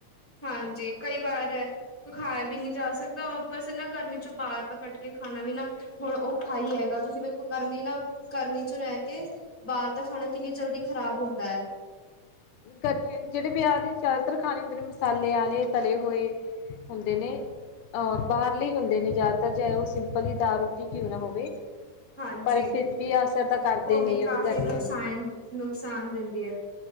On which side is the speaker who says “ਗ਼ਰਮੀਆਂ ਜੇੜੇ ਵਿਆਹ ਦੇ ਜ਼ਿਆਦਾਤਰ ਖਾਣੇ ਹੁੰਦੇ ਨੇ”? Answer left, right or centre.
Left